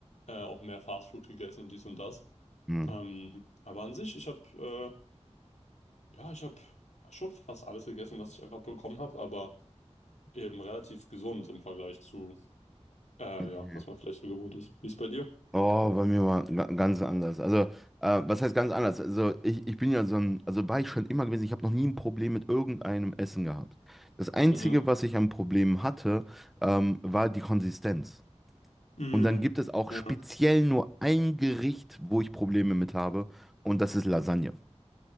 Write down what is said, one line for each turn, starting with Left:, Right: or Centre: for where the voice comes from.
Left: äh, auch mehr Fastfood gegessen und dies und das.
Centre: Hm.
Left: Ähm, aber an sich, ich habe äh, ja, ich habe schon fast alles gegessen, was ich einfach bekommen habe, aber eben relativ gesund im Vergleich zu, äh,
Centre: Okay.
Left: ja, was man vielleicht so gewohnt ist. Wie ist bei dir?
Centre: Oh, bei mir war ga- ganz anders. Also, äh, was heißt ganz anders? Also, ich, ich bin ja so ein, also war ich schon immer gewesen, ich habe noch nie ein Problem mit irgendeinem Essen gehabt. Das Einzige,
Left: Mhm.
Centre: was ich an Problemen hatte, ähm, war die Konsistenz.
Left: Mm.
Centre: Und dann gibt es auch
Left: Ja.
Centre: speziell nur ein Gericht, wo ich Probleme mit habe, und das ist Lasagne.